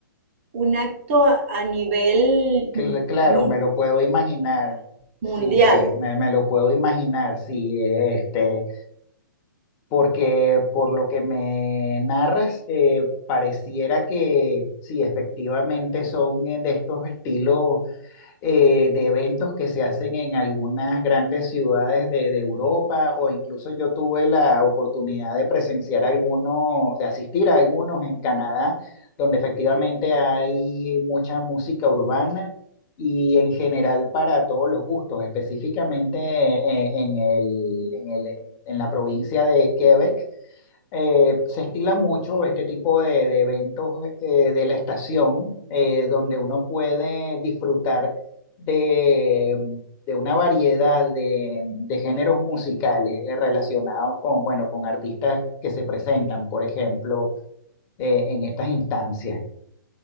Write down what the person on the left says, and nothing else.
cl- claro,
me lo puedo imaginar.
Sí, sí, me, me lo puedo imaginar. Sí, este. porque por lo que me narras, eh, pareciera que sí, efectivamente son eh, de estos estilos eh, de eventos que se hacen en algunas grandes ciudades de, de Europa o incluso yo tuve la oportunidad de presenciar algunos, de asistir a algunos en Canadá, donde efectivamente hay mucha música urbana y en general para todos los gustos, específicamente eh, en el- en el- en la provincia de Quebec eh, se estila mucho este tipo de, de eventos eh, de la estación, eh, donde uno puede disfrutar de, de una variedad de, de géneros musicales eh, relacionados con, bueno, con artistas que se presentan, por ejemplo, eh, en estas instancias.